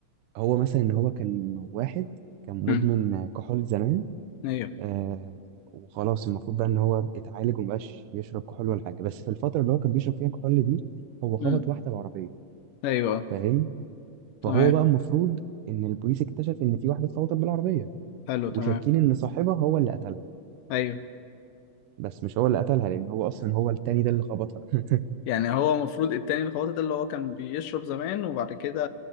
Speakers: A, on the right; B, on the left.
A: هو مثلا ان هو كان واحد كان مدمن
B: امم
A: كحول زمان
B: ايوه
A: آه وخلاص المفروض بقى ان هو اتعالج ومبقاش يشرب كحول ولا حاجه بس في الفتره اللي هو كان بيشرب فيها كحول دي هو خبط
B: امم
A: واحده بالعربيه
B: ايوه آه.
A: فاهم
B: تمام
A: فهو بقى المفروض ان البوليس اكتشف ان في واحده اتخبطت بالعربيه
B: حلو
A: وشاكين
B: تمام
A: ان صاحبها هو اللي قتلها
B: ايوه
A: بس مش هو اللي قتلها لان هو اصلا هو التاني ده اللي خبطها <laughs>
B: يعني هو المفروض التاني الخواطر ده اللي هو كان بيشرب زمان وبعد كده